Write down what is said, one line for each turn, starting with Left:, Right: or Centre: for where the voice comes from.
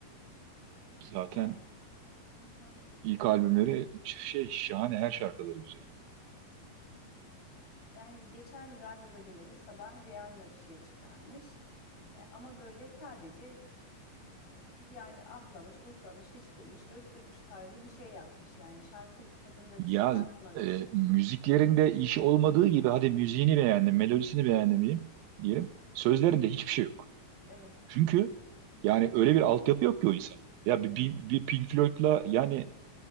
Right: Zaten
Left: Yani, hı hı.
Right: İlk albümleri şey şahane her şarkıları güzel.
Left: Yani geçen radyoda dinledim. Sabah Rihanna bir şey çıkarmış. E, ama böyle sadece e, yani ahlamış, uhlamış, hıçkırmış, öksürmüş tarzı bir şey yapmış. Yani şarkı tadında
Right: Ya
Left: bir şey yapmamış.
Right: e, müziklerinde işi olmadığı gibi hadi müziğini beğendim, melodisini beğendim diyeyim, diyelim. Sözlerinde hiçbir şey yok.
Left: Evet.
Right: Çünkü yani öyle bir altyapı yok ki o insan. Ya bir, bir, bir Pink Floyd'la yani